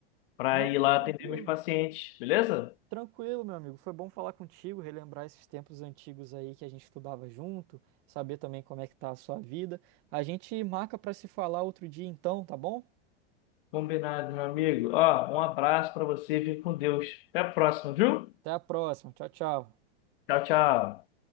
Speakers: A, on the left; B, on the right.
A: para
B: Não,
A: ir lá
B: tranquilo.
A: atender meus pacientes, beleza?
B: Tranquilo, meu amigo. Foi bom falar contigo, relembrar esses tempos antigos aí que a gente estudava junto, saber também como é que tá a sua vida. A gente marca para se falar outro dia então, tá bom?
A: Combinado, meu amigo. Ó, um abraço para você, fique com Deus. Até a próxima, viu?
B: Até a próxima. Tchau, tchau.
A: Tchau, tchau.